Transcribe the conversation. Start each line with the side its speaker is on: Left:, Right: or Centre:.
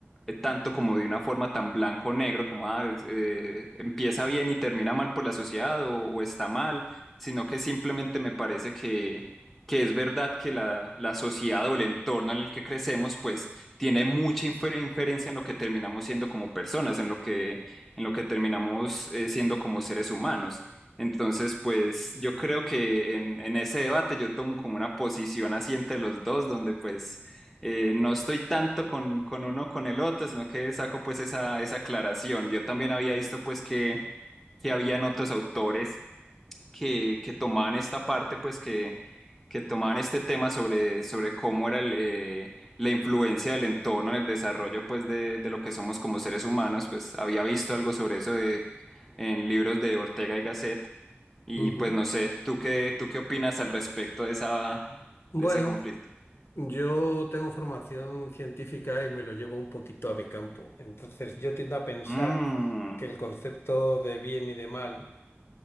Centre: eh, tanto como de una forma tan blanco o negro, como ah, es- eh, empieza bien y termina mal por la sociedad o, o está mal, sino que simplemente me parece que... que es verdad que la, la sociedad o el entorno en el que crecemos, pues tiene mucha infer- inferencia en lo que terminamos siendo como personas, en lo que, en lo que terminamos eh, siendo como seres humanos. Entonces, pues yo creo que en, en ese debate yo tomo como una posición así entre los dos, donde pues eh, no estoy tanto con, con uno o con el otro, sino que saco pues esa, esa aclaración. Yo también había visto pues que, que habían otros autores que, que tomaban esta parte, pues que, que tomaban este tema sobre, sobre cómo era el, eh, la influencia del entorno en el desarrollo, pues de, de lo que somos como seres humanos, pues había visto algo sobre eso de, en libros de Ortega y Gasset, y
Left: Ujú.
Centre: pues no sé, ¿tú qué, tú qué opinas al respecto de esa,
Left: Bueno,
Centre: de ese conflicto?
Left: yo tengo formación científica y me lo llevo un poquito a mi campo. Entonces yo tiendo a pensar
Centre: Mm,
Left: que el concepto de bien y de mal